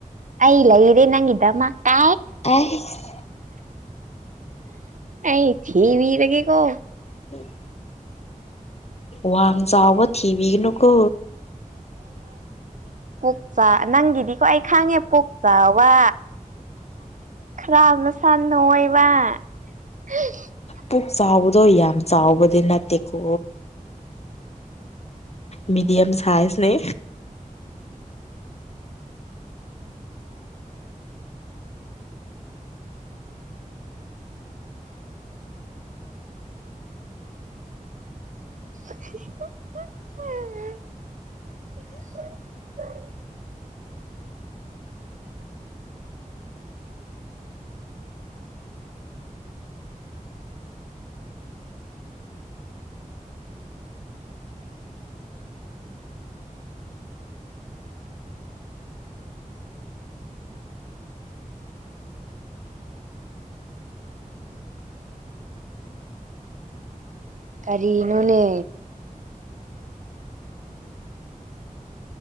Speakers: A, on the right; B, on the left.
A: ꯑꯩ ꯂꯩ ꯔꯤ ꯅꯪꯒꯤꯗꯃꯀꯇ
B: ꯑꯥꯏꯁ
A: ꯑꯩ ꯊꯤꯕꯤꯔꯒꯦꯀꯣ
B: ꯎꯝ ꯋꯥꯡ ꯆꯥꯎꯕ ꯊꯤꯕꯤꯒꯅꯨꯀꯣ
A: ꯄꯨꯛꯆꯥ ꯅꯪꯒꯤꯗꯤ ꯀꯣ ꯑꯩ ꯈꯥꯡꯉꯦ ꯄꯣꯛ ꯆꯥꯎꯕ ꯈꯔ ꯃꯁꯥ ꯅ ꯑꯣꯏꯕ <unintelligible>
B: ꯄꯨꯛ ꯆꯥꯎꯕꯗꯣ ꯌꯥꯝ ꯌꯥꯝ ꯆꯥꯎꯕꯗꯤ ꯅꯠꯇꯦꯀꯣ ꯃꯤꯗꯤꯌꯝ ꯁꯥꯏꯖꯅꯦ
A: <unintelligible> ꯀꯔꯤꯅꯣꯅꯦ